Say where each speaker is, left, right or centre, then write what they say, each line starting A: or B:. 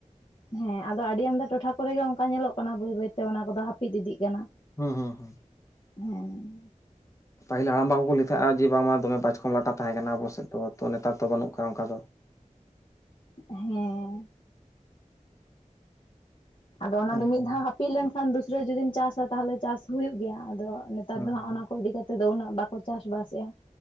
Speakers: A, on the left; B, on the left.
A: ᱦᱮᱸ ᱟᱫᱚ ᱟᱹᱰᱤ ᱟᱢᱫᱟ ᱴᱚᱴᱷᱟ ᱠᱚᱨᱮᱜᱮ ᱚᱱᱠᱟ ᱧᱮᱞᱚᱜ ᱠᱟᱱᱟ ᱵᱟᱹᱭ ᱵᱟᱹᱭᱛᱮ ᱚᱱᱟ ᱠᱚᱫᱚ ᱦᱟᱹᱯᱤᱫ ᱤᱫᱤᱜ ᱠᱟᱱᱟ
B: ᱦᱩᱸ ᱦᱩᱸ ᱦᱩᱸ,
A: ᱦᱮᱸ
B: ᱯᱟᱹᱦᱤᱞ ᱦᱟᱲᱟᱢ ᱵᱟ ᱠᱚᱠᱚ ᱞᱟᱹᱭ ᱛᱟᱦᱮᱸᱜᱼᱟ ᱡᱮ ᱵᱟᱝᱢᱟ ᱫᱚᱢᱮ ᱵᱟᱪᱠᱚᱢ ᱞᱟᱴᱟ ᱛᱟᱦᱮᱸ ᱠᱟᱱᱟ ᱟᱵᱚ ᱥᱮᱫ ᱫᱚ ᱛᱚ ᱱᱮᱛᱟᱨ ᱫᱚ ᱵᱟᱹᱱᱩᱜ ᱠᱟᱜ-ᱟ ᱚᱱᱠᱟ ᱫᱚ,
A: ᱦᱮᱸ ᱟᱫᱚ ᱚᱱᱟ
B: ᱦᱩᱸ
A: ᱫᱚ ᱢᱤᱫ
B: ᱦᱩᱸ
A: ᱫᱷᱟᱣ ᱦᱟᱹᱯᱤᱫ ᱞᱮᱱᱠᱷᱟᱱ ᱫᱚᱩᱥᱨᱟᱹ ᱡᱩᱫᱤᱢ ᱪᱟᱥᱟ ᱛᱟᱦᱚᱞᱮ ᱪᱟᱥ ᱦᱩᱭᱩᱜ ᱜᱮᱭᱟ ᱟᱫᱚ ᱱᱮᱛᱟᱨ ᱫᱚ
B: ᱦᱩᱸ
A: ᱦᱟᱸᱜ ᱚᱱᱟ ᱠᱚ ᱤᱫᱤ ᱠᱟᱛᱮᱫ ᱫᱚ ᱩᱱᱟᱹᱜ ᱵᱟᱠᱚ ᱪᱟᱥ ᱵᱟᱥᱮᱜᱼᱟ